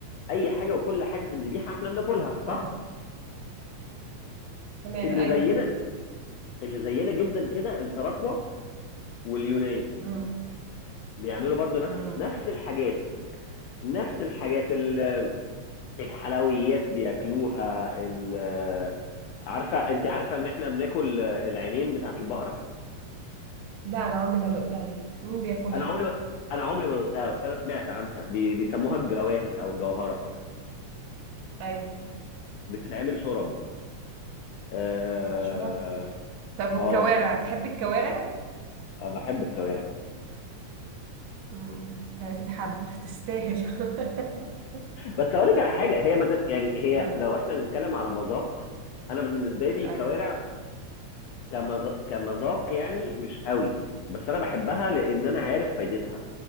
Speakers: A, on the left; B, on the right.
A: اي حاجه وكل حاجه في الذبيحه احنا بناكلها
B: اه
A: صح
B: تمام
A: اللي
B: ايوه
A: زينا اللي زينا جدا كده التراكوة واليونان
B: امم
A: بيعملوا برضو نفس
B: امم
A: نفس الحاجات نفس الحاجات ال- الحلويات بياكلوها ال- عارفه انت عارفه ان احنا بناكل العينين بتاعه البقره
B: لا انا عمري ما دقتها دي مين بياكلها
A: انا عمري ما... انا عمري ما دقتها بس انا سمعت عنها بي... بيسموها الجواهر او الجوهره
B: ايوه
A: بتتعمل شرب اه
B: كمان شرب طب والكوارع
A: اه
B: بتحب الكوارع
A: أنا بحب الكوارع
B: مم. هي تتحب تستاهل <laughs>
A: بس اقول لك على حاجه هي مت... يعني هي
B: نعم
A: لو احنا بنتكلم على مذاق انا بالنسبه لي الكوارع
B: أي
A: كمذاق كمذاق يعني مش قوي بس انا بحبها لان انا عارف فايدتها